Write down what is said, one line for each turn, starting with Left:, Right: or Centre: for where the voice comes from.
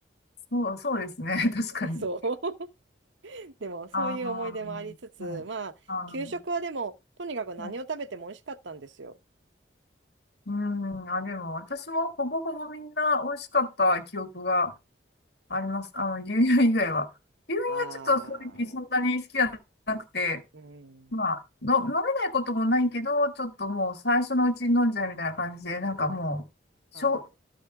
Left: そう、そうですね。<laughs> 確かに。
Right: <laughs> そう。<laughs> でも、そういう思い出もありつつ、
Left: ああ、はい。
Right: まあ、
Left: あの、
Right: 給食はでも、とにかく何を食べても美味しかったんですよ。
Left: まうん、あ、でも私もほぼほぼみんな美味しかった記憶があります。あの、牛乳以外は。牛乳はちょっと正直そんなに好きじゃなくて、
Right: ああ、うん。
Left: まあ、の、飲めないこともないけど、ちょっともう最初のうちに飲んじゃうみたいな感じで、なんかもう、しょ、
Right: はい。